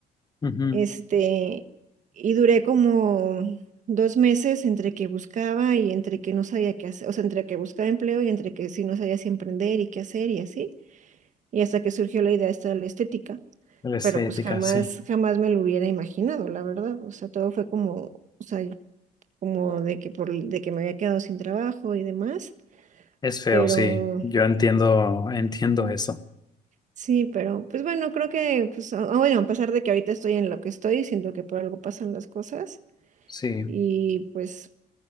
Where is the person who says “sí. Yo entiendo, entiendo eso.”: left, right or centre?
Left